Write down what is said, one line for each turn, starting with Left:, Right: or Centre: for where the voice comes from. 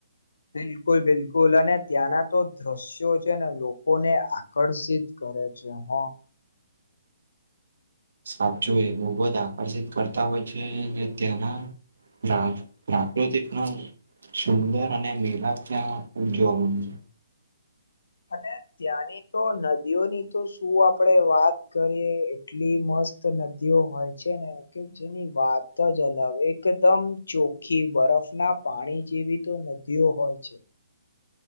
Left: બિલકુલ બિલકુલ કુલ અને ત્યાંના તો દ્રશ્યો છે ને લોકોને આકર્ષિત કરે છે હ
Right: સાચુ એ બહબ જ આકર્ષિત કરતા હોય છે ત્યાંના રા રાખડી જેટલો સુંદર અને મેીલાપ ત્યાં જોવા મળે છે
Left: <inaudible> અને ત્યાંની તો નદીઓની તો શું આપડે વાત કરીએ એટલી મસ્ત નદીઓ હોય છે ને કે જેની વાત જ અલગ એકદમ ચોખ્ખી બરફ બરફ ના પાણી જેવી તો નદીઓ હોય છે.